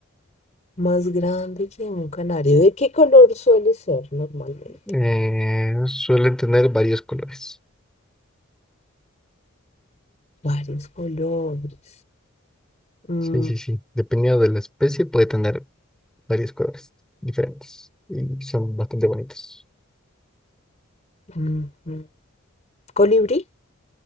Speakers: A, on the left; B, in the centre.
A: más grande que un canario. ¿De qué color suele ser normalmente?
B: Eh, suelen tener varios colores.
A: Varios colores. Mm,
B: Sí, sí, sí. Dependiendo de la especie, puede tener varios colores diferentes y son bastante bonitos.
A: mm, mm. ¿Colibrí?